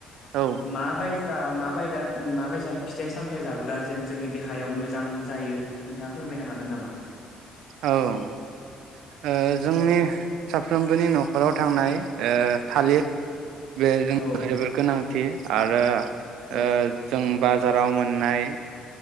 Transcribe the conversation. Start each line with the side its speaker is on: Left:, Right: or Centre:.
Right: औ
Left: मा बाय सा माबायदा माबायसा फिथाइ सामथाय जाब्ला जेन जोंनि देहायाव मोजां जायो नोंथाङा फोरमायनो हागोन नामा?
Right: औ ओ जोंनि साफ्रोमबोनि नखर नखराव थांनाय ओ थालिर बे
Left: औ
Right: <unintelligible> गोनां थि आरो
Left: औ
Right: ओ जों बाजाराव मोननाय